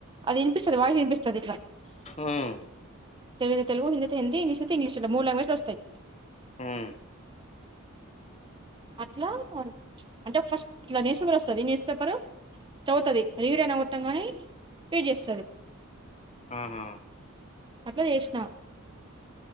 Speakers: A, on the right; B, on the left.
A: అది వినిపిసస్తాది వాడికి వినిపిస్తాది ఇట్లా
B: ఉమ్
A: తెలుగైతే తెలుగు హిందైతే హిందీ ఇంగ్లీష్ అయితే ఇంగ్లీష్ ఇలా మూడు లాంగ్వజ్స్ లో వస్తాయి
B: ఉమ్
A: అట్లా ప్చ్ అంటే ఫస్ట్ ఇట్లా న్యూస్ పేపర్ వస్తాది. న్యూస్ పేపర్ చదువుతుది రీడ్ అని గొట్టామ్ గానే రీడ్ చేస్తాది.
B: ఆహా
A: అట్లా చేసినా